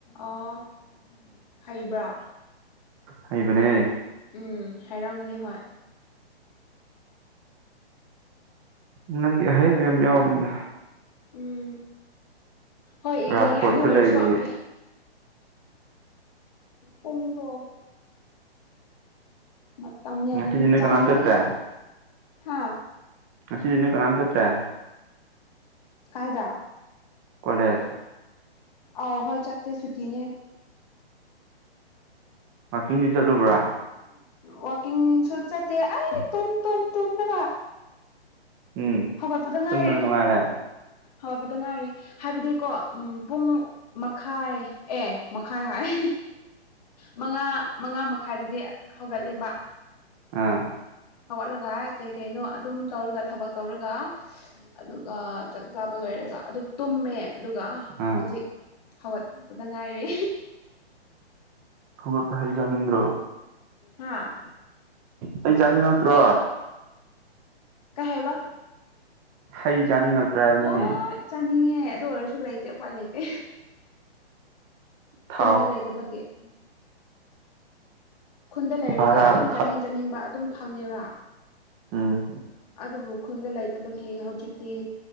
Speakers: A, on the left (about 35°); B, on the right (about 15°).
A: ꯑꫭ ꯍꯩꯕ꯭ꯔꯥ
B: ꯍꯩꯕꯅꯦ
A: ꯎꯝ ꯍꯥꯏꯔꯝꯅꯤ ꯍꯣꯏ
B: ꯥꯏꯪꯂꯟꯒꯤ ꯑꯍꯩꯕ ꯑꯍꯩꯕ ꯌꯥꯝ ꯌꯥꯎꯕꯅꯤꯗ
A: ꯎꯝ ꯍꯣꯏ ꯌꯦꯡꯅꯤꯡꯉꯦ
B: ꯔꯥꯁꯐꯣꯔꯠꯁꯨ
A: ꯑꯗꯨ ꯑꯣꯏꯔꯁꯨ
B: ꯂꯩꯔꯤ
A: ꯑꯩ ꯄꯨꯨꯡꯗꫭ ꯃꯇꯝ ꯌꯥꯝ
B: ꯉꯁꯤꯗꯤ ꯅꯣꯏ
A: ꯆꯥꯗꯦ
B: ꯀꯅꯥꯝ ꯆꯠꯇ꯭ꯔꯦ
A: ꯍꯥꯥ
B: ꯉꯁꯤꯗꯤ ꯅꯣꯏ ꯀꯅꯥꯝ ꯆꯠꯇ꯭ꯔꯦ
A: ꯀꯥꯏꯗ
B: ꯀꫭꯂꯦꯁ
A: ꯑꯥꯎ ꯍꯣꯏ ꯆꯥꯛꯦ ꯁꯨꯀꯤꯅꯦ
B: ꯋꯥꯀꯤꯡꯗꯤ ꯆꯠꯂꯨꯕ꯭ꯔꯥ
A: ꯋꯥꯛꯀꯤꯡꯁꯨ ꯆꯠꯇꯦ ꯑꯩ ꯇꯨꯝ ꯇꯨꯝ ꯇꯝꯔꯒ
B: ꯎꯝ
A: ꯍꯧꯒꯠꯄꯗ ꯉꯥꯏꯔꯦ
B: ꯇꯨꯝꯕꯅ ꯅꯨꯡꯉꯥꯏꯔꯦ
A: ꯍꯧꯒꯠꯄꯗ ꯉꯥꯏꯔꯦ ꯍꯥꯏꯕꯗꯤꯀꯣ ꯎꯝ ꯄꯨꯡ ꯃꯈꯥꯏ ꯑꯦ ꯃꯈꯥꯏ ꯍꯥꯏ ꯃꯉꯥ ꯃꯉꯥ ꯃꯈꯥꯏꯗꯗꯤ ꯍꯧꯒꯠꯂꯦꯕ
B: ꯑꯥ
A: ꯍꯧꯒꯠꯂꯒ ꯀꯩ ꯀꯩꯅꯣ ꯑꯗꯨꯝ ꯇꯧꯔꯒ ꯊꯕꯛ ꯇꯧꯔꯒ ꯑꯗꯨꯒ ꯆꯥꯛ ꯆꯥꯕ ꯂꯣꯏꯔꯒ ꯑꯗꯨꯝ ꯇꯨꯝꯃꯦ ꯑꯗꯨꯒ
B: ꯑꯥ
A: ꯍꯧꯖꯤꯛ ꯍꯧꯒꯠꯄꯗ ꯉꯥꯏꯔꯦ
B: ꯍꯧꯒꯠꯄ ꯍꯩ ꯆꯥꯅꯤꯡꯗ꯭ꯔꫭ
A: ꯍꯥꯥ
B: ꯍꯩ ꯆꯥꯅꯤꯡꯉꯛꯇ꯭ꯔꯣ
A: ꯀꯩꯍꯥꯏꯕ
B: ꯍꯩ ꯆꯥꯅꯤꯡꯉꯛꯇ꯭ꯔꯦ ꯍꯥꯏꯕꯅꯤꯅꯦ
A: ꯍꫭꯏ ꯆꯥꯅꯤꯡꯉꯦ ꯑꯗꯨ ꯑꯣꯏꯔꯁꯨ ꯂꯩꯇꯦ ꯎꯄꯥꯏ ꯂꯩꯇꯦ
B: ꯊꯥꯎ
A: ꯈꯨꯟꯗ ꯂꯩ ꯇꯕꯒꯤ <unintelligible> ꯈꯨꯟꯗ ꯂꯩꯔꯤꯗꯤ
B: ꯚꯔꯥꯗ
A: ꯑꯗꯨꯝ ꯆꯥꯅꯤꯡ ꯆꯥꯅꯤꯡꯕ ꯑꯗꯨꯝ ꯐꯪꯉꯦꯕ
B: ꯑꯝ
A: ꯑꯗꯨꯕꯨ ꯈꯨꯟꯗ ꯂꯩꯇꯕꯒꯤ ꯍꯧꯖꯤꯛꯇꯤ